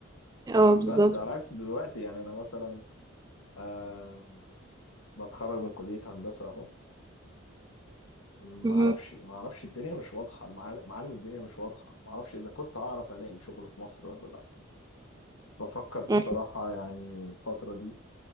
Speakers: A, on the right (about 20°); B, on the left (about 80°).
A: اه بالظبط
B: بس على عكس دلوقتي يعني أنا مثلا أه بتخرج من كلية هندسة أهو ما
A: مهم.
B: اعرفش ما اعرفش الدنيا مش واضحه المعال- معالم الدنيا مش واضحه ما اعرفش اذا كنت هعرف الاقي شغل في مصر ولا لا بفكر بصراحه
A: مهم.
B: يعني الفتره دي